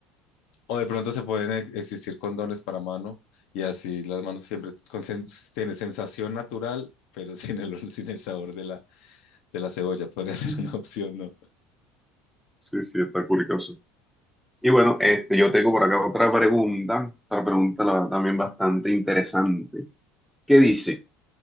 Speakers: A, on the left; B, in the centre.
A: O de pronto se pueden ex- existir condones para mano y así las manos siempre con sen- tiene sensación natural, pero <laughs> sin el, ol- sin el sabor de la, de la cebolla. Podría ser
B: Mm.
A: una opción, ¿no?
B: Sí, sí, está curioso. Y bueno, este, yo tengo por acá otra pregunta, otra pregunta la verdad también bastante interesante. ¿Qué dice?